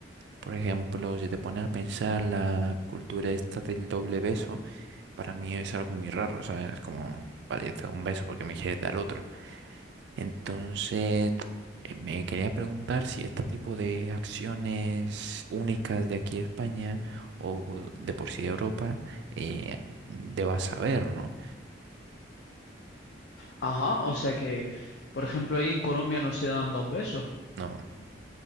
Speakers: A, on the right; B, on the left.
A: por ejemplo, si te pones a pensar la cultura esta del doble beso, para mí es algo muy raro, o sea, es como, vale, ya te doy un beso porque me quieres dar otro. Entonces, eh, me quería preguntar si este tipo de acciones únicas de aquí de España o o de por sí de Europa, eh, debas saber, ¿no?
B: Ajá, o sea que, por ejemplo, ahí en Colombia no se dan dos besos,
A: No,